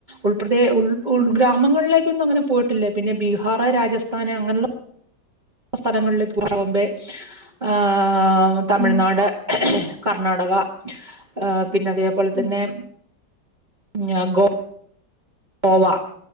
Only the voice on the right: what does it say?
ഉൾ അതെ ഉൾ ഉൾ
ഗ്രാമങ്ങളില ഒന്നും അങ്ങനെ പോയിട്ടില്ല പിന്നെ ബീഹാർ, രാജസ്ഥാന് അങ്ങനുള്ള സ്ഥലങ്ങളിലേക്ക് പോണമുമ്പേ ആ. ആ തമിഴ്നാട്.
കർണാടക ഏഹ് പിന്നെ അതേപോലെ
തന്നെ ഞാ ഗോ ഗോവാ